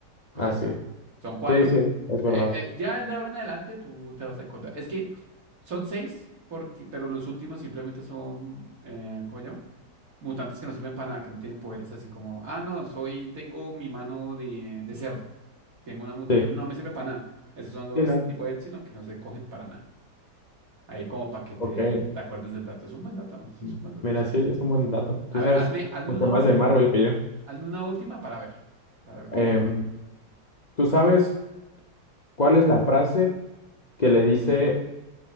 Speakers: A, on the right; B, on the left.
A: Cosas
B: así
A: así.
B: es.
A: Son cuatro.
B: Sí, sí, es verdad.
A: Eh, eh, ya de ahora en adelante tú te vas a encontrar. Es que son seis, porque, pero los últimos simplemente son, eh, ¿cómo se llama? Mutantes que no sirven para nada, que no tienen poderes así como, ah, no, soy, tengo mi mano de, de cerdo. Tengo una mutación,
B: Sí,
A: no me sirve para nada. Esos son los
B: sí, no.
A: tipos de epsilon que no se cogen para nada. Ahí como para que te,
B: Ok.
A: te acuerdes del dato. Es un buen dato, ¿no? Eso
B: Mm,
A: es un buen datazo.
B: Mira, sí, es un buen dato. Tú
A: A ver,
B: sabes
A: hazme, hazme
B: mucho
A: una
B: más
A: última.
B: de Marvel que yo.
A: Hazme una última para ver. A ver cómo
B: Em,
A: nos va.
B: ¿tú sabes cuál es la frase que le dice